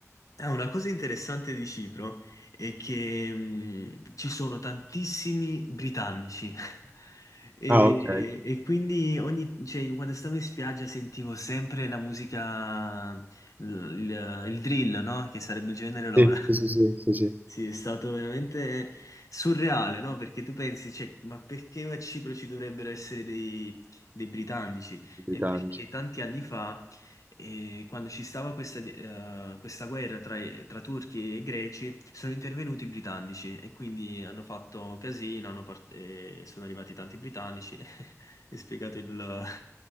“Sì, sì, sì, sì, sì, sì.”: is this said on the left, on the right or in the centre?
Right